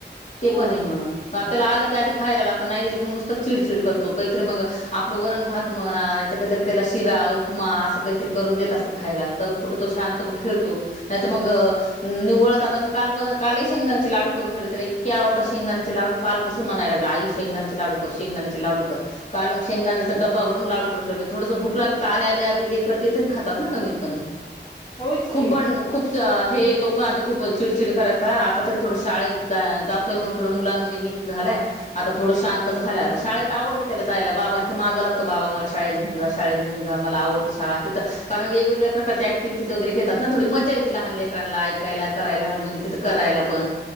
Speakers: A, on the left; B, on the left.
A: ते
B: हो
A: पण आहे म कापल्याला आलं की आधी खायला लागतं नाही दिली की मंग नुसतं चिडचिड करतो काहीतरी मंग आपलं वरण भात म्हणा नाही तर काहीतर त्याला शिरा, उपमा असं काहीतरी करून देत असते खायला तर कुठं तो शांत मंग खेळतो. नाही तर मंग निवळत आता मी कल पण कालही शेंगदाण्याचे लाडू करून ठेवले त्याला इतके आवडतात शेंगदाण्याचे लाडू. कालपसून म्हणाय लागला आई शेंगदाण्याचे लाडू कर शेंगदाण्याचे लाडू कर. काल मंग शेंगदाण्याचा डब्बा भरून लाडू करून ठेवले. थोडस भूक लागलं तर आल्या आल्या आधी लेकरं ते तरी खातात ना कमीत कमी
B: होयच
A: खूप
B: की
A: बण खूपच हे तो पण आधी खूप चिडचिड करायचा आता तरी थोडं शाळेत जा जातोय म्हणून थोडं मुलांमध्ये मी झालंय आता थोडं शांत झालंय आता शाळेत आवडते त्याला जायला बाबांच्या मागं लागतो बाबा मला शाळेत घेऊन जा शाळेत घेऊन जा मला आवडती शाळा तिथं कारण वेगवेगळ्या प्रकारच्या ऍक्टिव्हिटीच वगैरे घेतात ना थोडी मजा येते लहान लेकरांना ऐकायला करायला म्हणजे तिथं करायला पण